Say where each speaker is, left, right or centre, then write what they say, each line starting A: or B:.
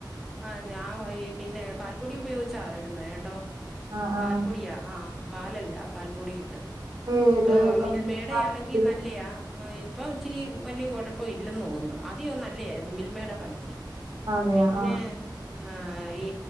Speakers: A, in the centre; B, on the right.
A: ആ ഞാൻ വൈ ഈ പിന്നെ പാൽപ്പൊടി ഉപയോഗിച്ചാ ഇടുന്നേ കേട്ടോ
B: ആഹ് ആഹ്
A: പാൽപ്പൊടിയാ ആ പാലല്ല പാൽപ്പൊടി ഇട്ട്
B: ഇപ്പ ഏത്
A: ആ
B: ഗൗ-
A: മിൽമേടയാണെങ്കി
B: പാൽപ്പൊടിയാ?
A: നല്ലയാ ആ ഇപ്പം ഇച്ചിരി വലിയ കുഴപ്പം ഇല്ലെന്ന് തോന്നുന്നു ആദ്യം നല്ലതായിരുന്നു മിൽമേടെ പാൽപ്പൊടി
B: അതേയ
A: പിന്നെ
B: ആ
A: ആ ഈ